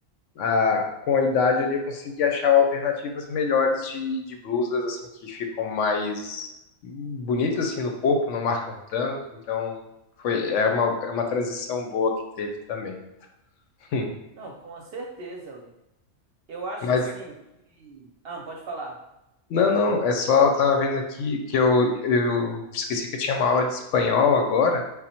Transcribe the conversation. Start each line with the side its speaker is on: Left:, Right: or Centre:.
Left: ah, com a idade ali eu consegui achar alternativas melhores de, de blusas, assim, que ficam mais bonitas, assim, no corpo, não marcam tanto, então foi, é uma, é uma transição boa que teve também. <laughs>
Right: Não, com certeza, ué. Eu acho
Left: Mas
Right: assim que. Ah, pode falar.
Left: Não, não, é só eu tava vendo aqui que eu, eu esqueci que eu tinha uma aula de espanhol agora,